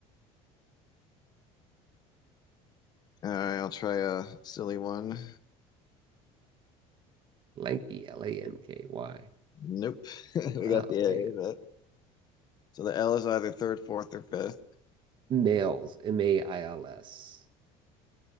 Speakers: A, on the left; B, on the right.
A: all right, I'll try a silly one.
B: lanky, L A N K Y.
A: Nope, <laughs> we
B: Oh
A: got the
B: man,
A: A. But so the L is either third, fourth, or fifth.
B: mails, M A I L S,